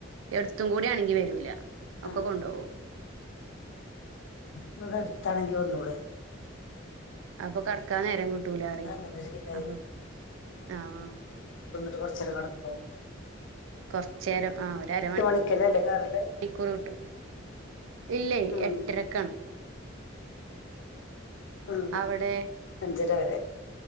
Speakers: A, on the right; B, on the left.
A: എടുത്തും കൂടെ ആണെങ്കി വരൂല
B: ആ
A: ഒക്കെ കൊണ്ടോകും
B: ഇവടെ അടുത്താണെങ്കി വന്നൂടെ
A: അപ്പൊ കടക്കാൻ നേരം കൂട്ട ട്ടൂലാറി
B: അങ്ങനെ ശീലായി
A: അപ്പൊ ആഹ <unintelligible>
B: കുറച്ച നടക്കും <unintelligible>
A: കെറച്ചേരം ആഹ് ഒരു അര മണിക്കൂർ
B: മണിക്കന്നെ അല്ലേ കയറല്
A: കിട്ടും ഇല്ലേ
B: ഉം
A: എട്ടരക്കാണ്
B: ഉം
A: അവിടെ
B: അഞ്ചര വരെ